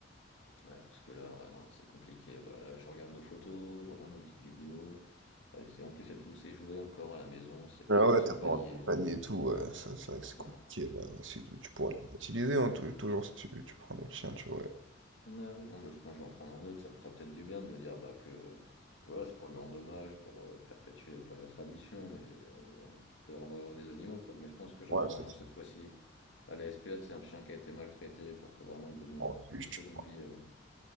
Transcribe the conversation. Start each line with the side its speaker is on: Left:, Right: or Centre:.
Left: Ouais, parce que là, ouais, non, c'est compliqué, bah, là, je regarde nos photos, je regarde nos petites vidéos. Ouais, c'est, en plus, il y a tous ses jouets encore à la maison, ses paniers,
Right: Ah ouais,
Left: son
Right: t'as pas
Left: panier.
Right: rentré le panier et tout, ouais, ça, c'est vrai que c'est
Left: Voilà,
Right: compliqué.
Left: ouais.
Right: Bah, si, tu tu pourrais les réutiliser, hein, tou- toujours si tu, tu prends notre chien, tu vois.
Left: Ah oui, non, mais je pense que je vais en prendre un autre, ça me ferait peut-être du bien de me dire bah, que, que voilà, c'est pour lui rendre hommage, pour euh, perpétuer, euh, pas la tradition, mais euh, de rendre heureux des animaux, quoi. Mais je pense que j'en
Right: Ouais,
Left: prendrai
Right: c'est
Left: un
Right: c'est
Left: cette fois-ci à la SPA, c'est un chien qui a été maltraité pour que vraiment lui donner
Right: un
Left: une,
Right: refuge,
Left: une seconde vie. euh,